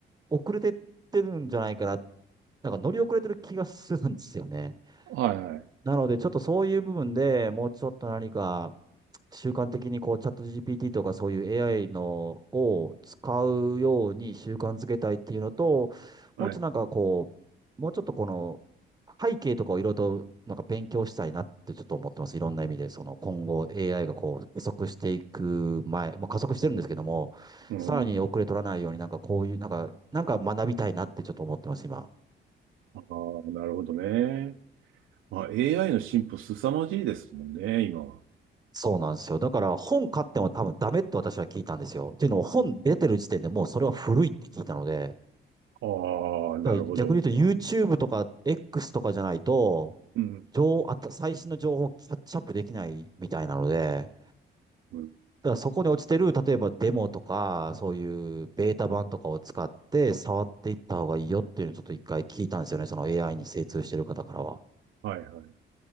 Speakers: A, on the right (about 20°); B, on the right (about 80°).
A: 遅れてってるんじゃないかなっなんか乗り遅れてる気がするんですよね。
B: はい。はい。
A: なので、ちょっとそういう部分でもうちょっと何か習慣的にこうチャット GPT とかそういう AI のを使うように習慣づけたいっていうのと、
B: はい。
A: もうちょっとなんかこう、もうちょっとこの背景とかをいろいろとなんか勉強したいなってちょっと思ってます。いろんな意味で、その今後 AI がこう加速していく前、まあ、加速してるんですけども、
B: うん。
A: さらに遅れ取らないようになんかこういう、なんか、なんか学びたいなってちょっと思ってます、今。
B: ああ、なるほどね。まあ、AI の進歩凄まじいですもんね、今は。
A: そうなんですよ。だから本買っても多分ダメって私は聞いたんですよ。っていうのも本出てる時点でもうそれは古いって聞いたので、
B: ああ、
A: だから逆に言うと
B: なるほど。
A: YouTube とか X とかじゃないと、
B: うん。
A: 情あと最新の情報をキャッチアップできないみたいなので、
B: うん。
A: だからそこに落ちてる、例えばデモとか、そういうベータ版とかを使って触っていった方がいいよっていうのをちょっと一回聞いたんですよね。その AI に精通してる方からは。
B: はいはい。